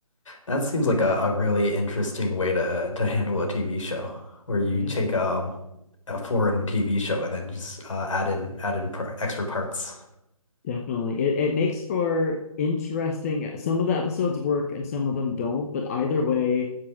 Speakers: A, on the left; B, on the left.
A: That seems like a, a really interesting way to to handle a TV show where you
B: Yeah.
A: take um a foreign TV show and then just uh, add in add in par extra parts.
B: Definitely. It it makes for interesting. Some of the episodes work and some of them don't, but either way,